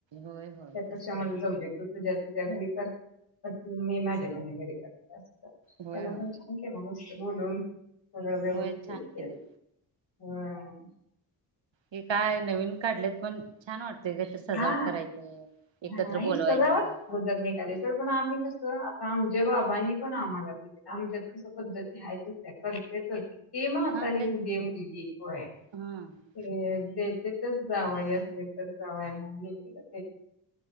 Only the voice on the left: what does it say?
त्या
पेक्षा म्हणलं
जाऊदे तू तुझ्यात तुझ्या घरी तर मी माझ्या माझ्या त्यांना
पण छान केला मस्त बोलून सगळं व्यवस्थित
केला. हम्
हा
हा ह
सजावट <inaudible> निगाली सड पण आम्ही कस? आता आमच्या बाबांनी पण आम्हाला दिलं आमच्या कस त्या पद्धती त्या करतच. ते म्हातारे
होऊ दे, आहे
ते जावई असले तर जावयाना ते